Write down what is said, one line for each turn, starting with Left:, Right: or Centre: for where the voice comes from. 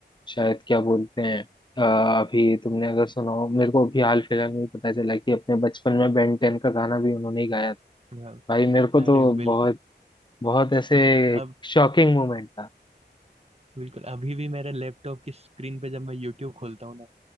Left: शायद क्या बोलते हैं अ, अभी तुमने अगर सुना हो मेरे को अभी हाल फिलहाल में ही पता चला कि अपने बचपन में बेन टेन का गाना भी उन्होंने ही गाया था
Right: हूँ
Left: भाई मेरे को तो
Right: अरे बिल्कुल
Left: बहुत बहुत ऐसे
Right: ज- अब
Left: शॉकिंग मोमेंट था
Right: बिल्कुल अभी भी मेरे लैपटॉप की स्क्रीन पे जब मैं यूट्यूब खोलता हूँ ना